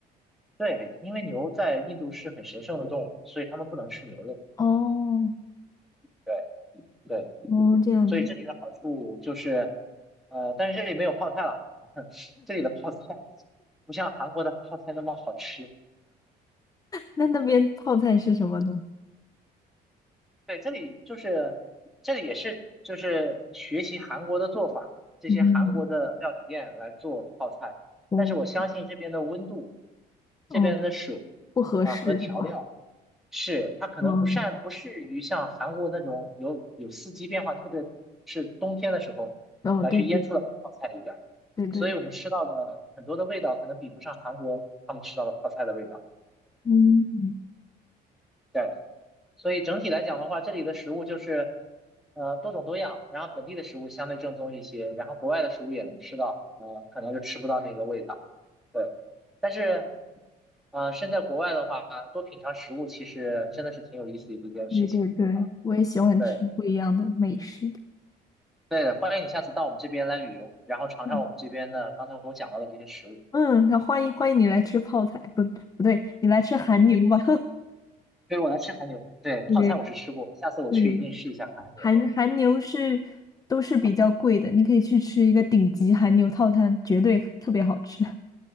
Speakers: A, in the centre; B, on the left.
A: 对，因为牛在印度是很神圣的动物，所以他们不能吃牛肉。
B: 哦
A: 对对，
B: 哦，这样子。
A: 所以这里的好处就是，呃，但是这里没有泡菜了，<laughs> 这里的泡菜不像韩国的泡菜那么好吃。
B: 那那边泡菜是什么东西？
A: 对，这里就是这里也是就是学习韩国的做法，这些韩国的料理店来做泡菜，
B: 嗯，哦
A: 但是我相信这边的温度，
B: 哦。
A: 这边的水啊和调料
B: 不合适是吗？
A: 是它可能不善不适于像韩国那种有有四季变化，
B: 嗯，
A: 特别是冬天的时候来去腌出来的泡菜一样，
B: 哦，对对对对对，
A: 所以我们吃到的很多的味道可能比不上韩国他们吃到的泡菜的味道。
B: 嗯，
A: 对。所以整体来讲的话，这里的食物就是呃多种多样，然后本地的食物相对正宗一些，然后国外的食物也能吃到，呃，可能就吃不到那个味道。对，但是呃身在国外的话，多品尝食物其实真的是挺有意思的一件事情啊。
B: 对对对，我也喜欢吃不一样的美食。
A: 对，对的，欢迎你下次到我们这边来旅游，然后尝尝我们这边的刚才我讲到的这些食物。
B: 嗯，嗯那欢迎欢迎你来吃泡菜，不不对，你来吃韩牛吧。
A: 对，我来吃韩牛，
B: <laughs>
A: 对，
B: 对
A: 泡菜我是吃过，下次我去一定试一下韩牛。
B: 对，韩韩牛是都是比较贵的，你可以去吃一个顶级韩牛套餐，绝对特别好吃。